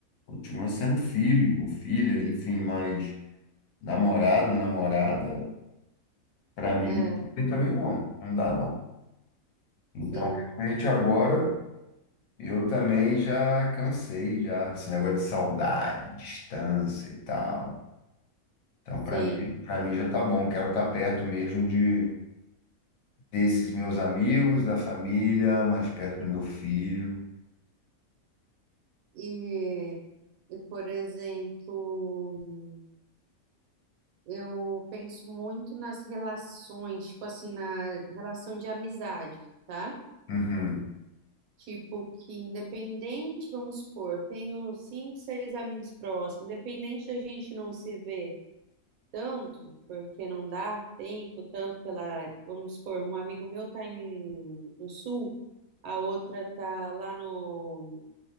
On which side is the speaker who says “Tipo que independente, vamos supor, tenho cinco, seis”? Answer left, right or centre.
Right